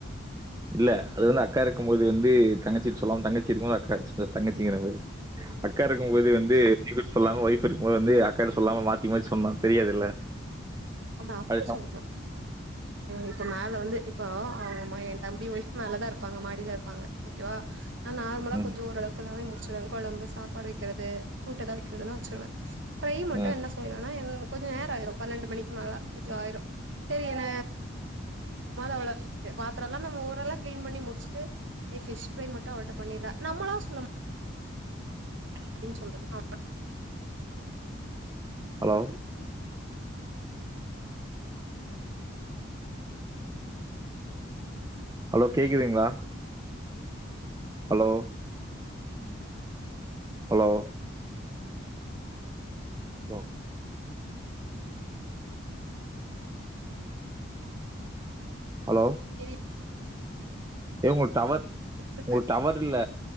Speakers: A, on the right (about 15°); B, on the right (about 65°).
A: இல்ல அது வந்து அக்கா இருக்கும் போது வந்து தங்கச்சி சொல்லவு தங்கச்சி இருக்கு போது அக்கா தங்கச்சிங்கிற மாதி அக்கா இருக்கு போது வந்து சொல்லாம ஒய்ஃப் இருக்கு போது வந்து அக்காட்ட சொல்லாம மாத்தி மாத்தி சொன்னா தெரியாதுல்ல
B: அத அப்டி
A: அது
B: சொல்னு இப்ப மேல வந்து இப்போ அவங்க என் தம்பி ஒய்ஃப் மேல தான் இரு இருப்பாங்க மாடில இருபாங்க ஓகேவா நா நார்மலா
A: ம் ம்.
B: கொஞ்சோ ஓரளவுக்குற ல்லாமே முடிச்சடுவே கொழம்பு சாப்பாடு வைக்கிறது கூட்டு ஏதாவது வைக்கிறதுன்ன வச்சருவே ப்ரை மட்டு
A: அ.
B: என்ன ஆனா கொஞ்ச நேரயாயிரு பன்னெண்டு மணிக்கு மேலே கொஞ்சோ ஆயிரு சேரி ந <inaudible> பாத்தரல்லா நம்ம ஊரெல்லா கிளீன் பண்ணி முடிச் ட்டு பிஷ் பி்ரை மட்டு அவள்ட பண்ணிருவா நம்மளா சொல்ல
A: ஆ
B: அப்படின்னு சொல்றது நார்
A: ஹலோ ஹலோ கேக்குதுகங்ளா ஹலோ ஹலோ ஹலோ ஹலோ
B: ரி
A: ஏ உங்க டவர்
B: யோசிச்சிருப்பே
A: உங்க டவர் இல்ல.